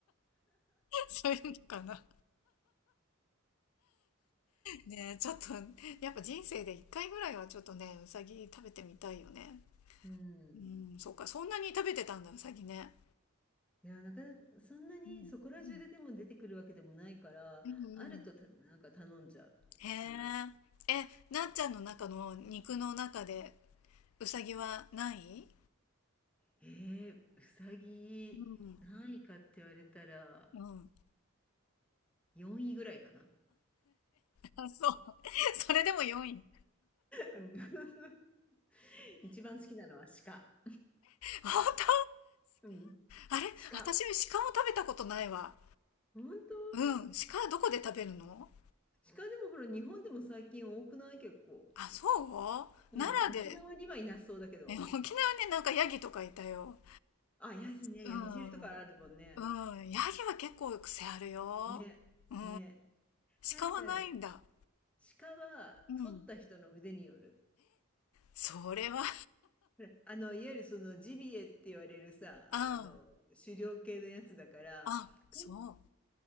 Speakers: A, on the left; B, in the centre.
A: <laughs> そういうのかな。ねえ、ちょっと、やっぱ人生で一回ぐらいはちょっとね、うさぎ食べてみたいよね。
B: うん。
A: うん、そうか、そんなに食べてたんだ、うさぎね。
B: いや、なかなかそんなにそこら中ででも出てくるわけでもないから、
A: うん。うん。うんうん。
B: あるとたなんか頼んじゃう、
A: へえ。
B: つい。
A: え、なっちゃんの中の肉の中で、うさぎはない
B: えーうさぎ、
A: うん。
B: 何位かって言われたら、
A: うん。
B: 4位ぐらいかな。
A: あ、そう。<laughs> それでも4位。
B: うん <laughs>。一番好きなのは鹿。
A: 本当鹿
B: うん。
A: あれ私も鹿も食べたことないわ。
B: 鹿。ほんと？
A: うん。鹿はどこで食べるの
B: 鹿でもほら、日本でも最近多くない？結構。
A: あ、そう奈良で
B: うん、沖縄にはいなそうだけど。
A: ね、<laughs> 沖縄ね、なんかヤギとかいたよ。
B: あ、ヤギね、
A: うん。
B: ヤギ汁とかあるもんね。
A: うん。ヤギは結構癖あるよ。
B: ね、
A: うん。
B: ね。なんか、
A: 鹿はないんだ。
B: 鹿は、
A: うん。
B: 取った人の腕による。
A: それは、
B: <laughs> あの、いわゆるそのジビエって言われるさ、
A: <laughs> あん。
B: あの、狩猟系のやつだから、
A: あ、そ
B: と